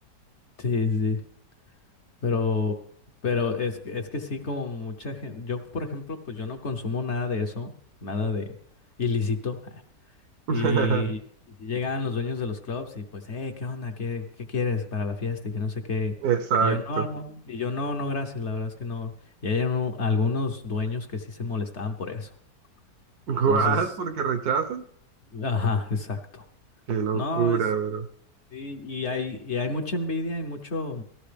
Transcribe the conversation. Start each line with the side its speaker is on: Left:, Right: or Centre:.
Left: Sí, sí, pero, pero es, que- es que sí, como mucha gente, yo por ejemplo, pues yo no consumo nada de eso, nada de ilícito, <laughs>
Right: <laughs>
Left: Y, y si llegaban los dueños de los clubs y pues, hey, ¿qué onda? ¿Qué, qué quieres para la fiesta? Y que no sé qué.
Right: Exacto.
Left: Y yo, no, no. Y yo, no, no, gracias. La verdad es que no. Y hay un- algunos dueños que sí se molestaban por eso.
Right: ¿What?
Left: Entonces,
Right: ¿Porque rechazan?
Left: ajá, exacto.
Right: Qué locura,
Left: No, es,
Right: bro.
Left: y, y hay, y hay mucha envidia y mucho.